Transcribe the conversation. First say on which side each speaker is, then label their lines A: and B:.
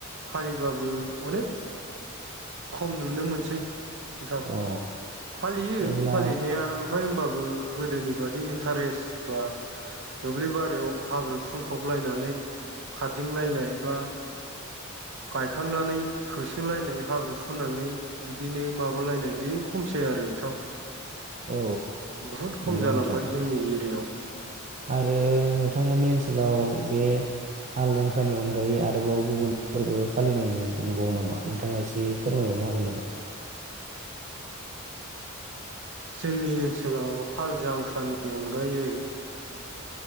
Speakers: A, on the right; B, on the right.
A: फालिबाबो अनेक खम नुनो मोनसै। नोंथां
B: अ
A: फालियो
B: अब्ला
A: फालिनाया ओमफाय होमबाबो गोदोनि बादि इन्टारेस्ट दा दुब्लिबारियाव हाब्रु फुनफबलायनानै खारदिंलायनाय बा गायखांनानै होसोलायनाय हाब्रु फुननानै बिदिनो माबालायनाय बे खमसै आरो नोंथां।
B: औ
A: बुहुद खम
B: नंगौ
A: जालांबाय
B: नोंथां।
A: जोंनि एरियायाव
B: आरो नोंथांमोननि ओनसोलाव
A: उम
B: बे हाल जांख्रानि अनगायै आरोबाव गुबुन फोरबो फालिनाय नुबावो नामा? नोंथाङा एसे फोरमायबावनो हागोन नामा?
A: जोंनि ओनसोलाव हाल जांख्रानि अनगायै